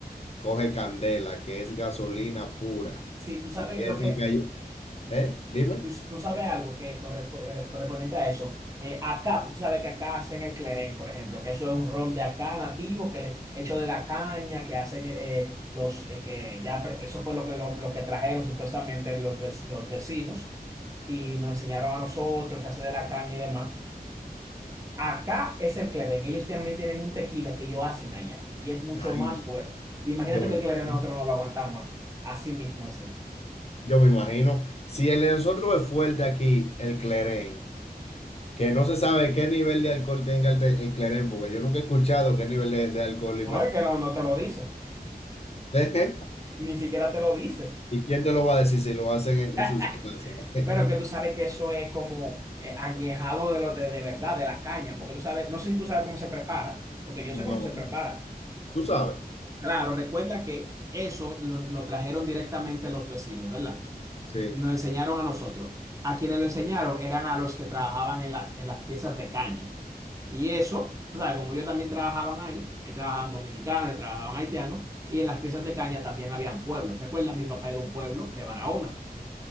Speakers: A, on the left; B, on the right.
A: coge candela, que es gasolina pura.
B: si tú sabes
A: Y es
B: lo que
A: el que hay- ¿Eh? Dime.
B: Tú, tú sabes algo que correspo- eh, correspondiente a eso. Eh, acá, tú sabes que acá hacen el clerén, por ejemplo, que eso es un ron de acá nativo, que le, hecho de la caña, que hacen eh, los, eh, que ya, pre- eso fue lo que, lo, lo que trajeron supuestamente los, vec- los vecinos y nos enseñaron a nosotros, se hace de la caña y demás. Acá es el clerén, ellos también tienen un tequila que ellos hacen allá y es mucho
A: Ay,
B: más fuerte. Imagínate
A: yo me
B: que
A: imagino.
B: el clerén nosotros no lo aguantamos aquí, así mismo es allá.
A: Yo me imagino. Si el de nosotros es fuerte aquí, el Clerén, que no se sabe qué nivel de alcohol tenga el, te- el Clerén, porque yo nunca he escuchado qué nivel de, de alcohol y
B: No, es que no, no te lo dice,
A: <laughs>
B: ni siquiera te lo dice.
A: ¿Y quién te lo va a decir si lo hacen en
B: <laughs>
A: en sus casas? <laughs>
B: Pero que tú sabes que eso es como eh, añejado de, lo, de, de verdad, de la caña, porque tú sabes, no sé si tú sabes cómo se prepara, porque yo
A: No,
B: sé cómo se prepara.
A: tú sabes.
B: Claro, recuerda que eso lo, lo trajeron directamente los vecinos, ¿verdad?
A: Sí,
B: Nos enseñaron a nosotros. A quienes lo enseñaron eran a los que trabajaban en las, en las piezas de caña. Y eso, tú sabes, como yo también trabajaban ahí, ahí trabajaban dominicanos, ahí trabajaban haitianos, y en las piezas de caña también habían pueblos. ¿Recuerdas? Mi papá era de un pueblo de Barahona.